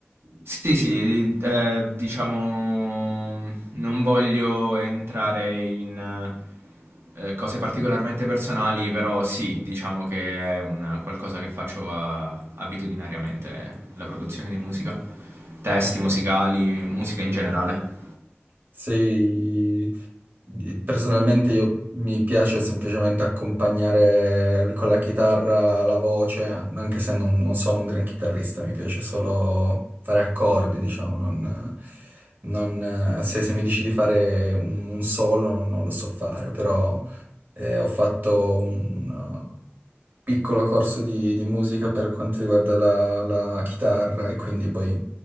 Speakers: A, on the right (about 65°); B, on the right (about 45°).
A: Sì, sì, eh, diciamo, non voglio entrare in eh, cose particolarmente personali, però sì, diciamo che è un qualcosa che faccio eh, abitudinariamente, la produzione di musica, testi
B: Ok.
A: musicali, musica in generale.
B: Sei... Personalmente io mi piace semplicemente accompagnare con la chitarra la voce, anche se non, non sono un gran chitarrista, mi piace solo fare accordi, diciamo, non, non- se, se mi dici di fare un, un solo non, non lo so fare, però Eh, ho fatto un uh, piccolo corso di, di musica per quanto riguarda la, la chitarra e quindi poi